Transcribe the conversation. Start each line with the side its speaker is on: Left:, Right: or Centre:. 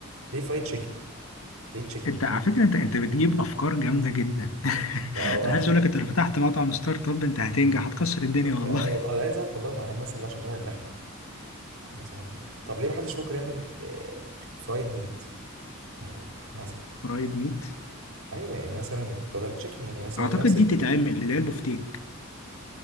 Right: ليه فرايد تشيكن ليه تشيكن
Left: انت على
Right: ليه
Left: فكره انت انت بتجيب افكار جامده جدا <laughs>
Right: او
Left: انا
Right: <laughs>
Left: عايز
Right: او
Left: اقول لك انت لو فتحت مطعم ستارت اب انت هتنجح هتكسر الدنيا والله
Right: أو- أو- انا عايز اعرف والله ما- هل مثلا ده عشان نوع اللحمه يعني مثلا طب ليه ما حدش فكر يعمل فرايد ميت يعني مثلا
Left: <laughs> فرايد ميت
Right: ايوه يعني مثلا بدل تشيكن يعني مثلا
Left: اعتقد
Right: نفس
Left: دي بتتعمل اللي هي البفتيك